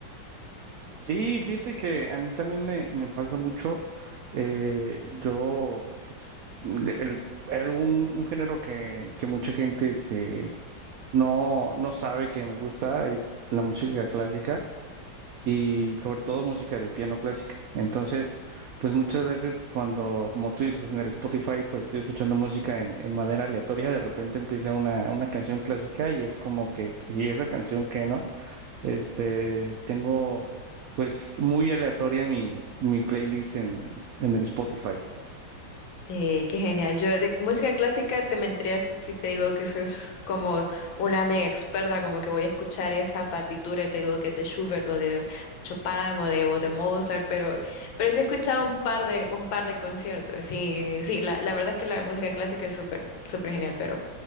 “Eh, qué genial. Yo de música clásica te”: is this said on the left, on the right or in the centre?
Left